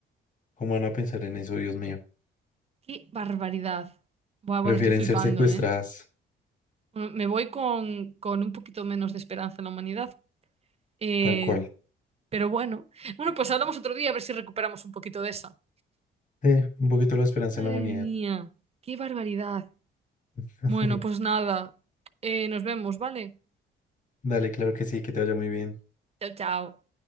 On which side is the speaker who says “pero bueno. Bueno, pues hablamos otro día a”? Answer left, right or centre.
Right